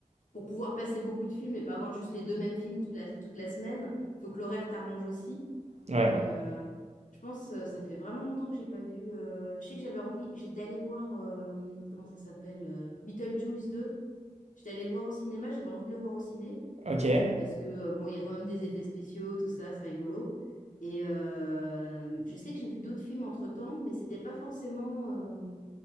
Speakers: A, on the left (about 70°); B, on the right (about 55°).
A: pour pouvoir passer beaucoup de films et pas avoir juste les deux mêmes films toute la, toute la semaine, il faut que l'horaire t'arrange aussi.
B: Ouais.
A: Donc, euh, je pense, euh, ça fait vraiment longtemps que j'ai pas vu. euh, Je sais que j'avais envie, j'étais allée voir, euh, comment ça s'appelle euh, Beetlejuice deux. J'étais allée le voir au cinéma, j'avais envie de le voir au ciné
B: Ok. Ouais,
A: parce que, euh, bon, il y a quand même des effets spéciaux, tout ça, c'est rigolo. Et euh, je sais que j'ai vu d'autres films entre-temps, mais c'était pas forcément euh,